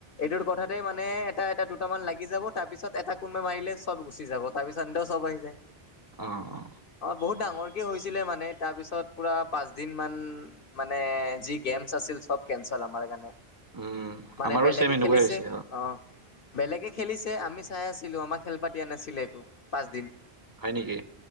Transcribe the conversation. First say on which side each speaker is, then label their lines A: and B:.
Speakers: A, on the left (about 60°); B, on the right (about 25°).
A: এইটো কথাতে মানে এটা এটা দুটামান লাগি যাব তাৰ পিছত এটা কোনবাক মাৰিলে চব গুচি যাব তা পি চান্দ চব আহি যায়
B: অ অ
A: অ বহুত ডাঙৰকে হৈছিলে মানে তাৰ পিছত পুৰা পাঁচ দিন মান মানে যি গেমছ আছিল চব কেনঞ্চেল আমাৰ কাৰণে
B: উম
A: মানে
B: আমাৰো
A: বেলেকে
B: ছেম এনেকুৱাই
A: খেলিছে
B: হৈছে
A: অ। বেলেগে খেলিছে আমি চাই আছিলো আমাক খেলবা দিয়া নাছিলে একো পাঁচদিন।
B: হয় নিকি?